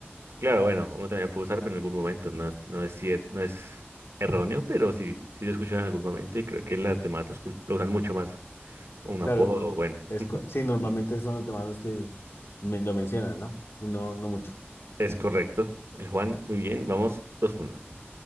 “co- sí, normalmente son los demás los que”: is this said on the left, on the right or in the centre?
Left